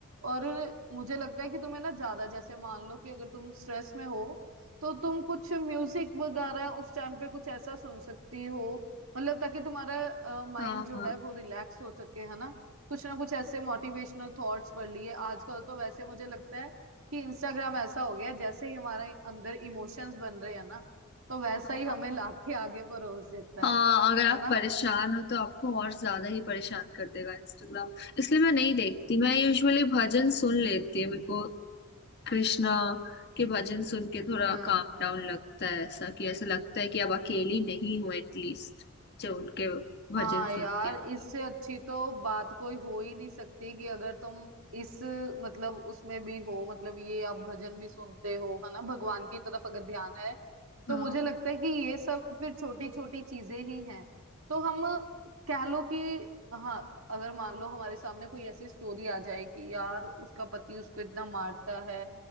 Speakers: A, on the right; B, on the left.
A: और मुझे लगता है कि तुम्हें ना ज्यादा जैसे मान लो कि अगर तुम स्ट्रेस में हो तो तुम कुछ म्यूजिक वगैरह उस टाइम पे कुछ ऐसा सुन सकती हो मतलब ताकि तुम्हारा माइंड
B: हाँ
A: जो
B: हाँ
A: है वो रिलैक्स हो सके है ना कुछ ना कुछ ऐसे मोटिवेशनल थॉट्स पढ़ लिए आजकल तो वैसे मुझे लगता है कि इंस्टाग्राम ऐसा हो गया है, जैसे ही हमारे अंदर इमोशंस बन रहे हैं ना तो वैसा
B: हाँ
A: ही हमें लाके आगे परोस देता
B: हाँ
A: है
B: अगर आप
A: है ना
B: परेशान हो तो आपको और ज्यादा ही परेशान कर देगा इंस्टाग्राम इसलिए मैं नहीं देखती मैं यूजुअली भजन सुन लेती है मेरे को कृष्णा के भजन सुन के थोड़ा
A: हाँ
B: काम डाउन लगता है ऐसा कि ऐसा लगता है कि अब अकेली नहीं हूँ एटलीस्ट जब उनके भजन
A: हाँ
B: सुनती
A: यार
B: हूँ
A: इससे
B: तो
A: अच्छी तो बात कोई हो ही नहीं सकती कि अगर तुम इस मतलब उसमें भी हो मतलब ये आप भजन भी सुनते हो है ना भगवान की तरफ अगर ध्यान है तो
B: हाँ
A: मुझे लगता है कि ये सब फिर छोटी छोटी चीजें ही हैं तो हम कह लो कि हाँ अगर मान लो हमारे सामने कोई ऐसी स्टोरी आ जाए कि यार उसका पति उसको इतना मारता है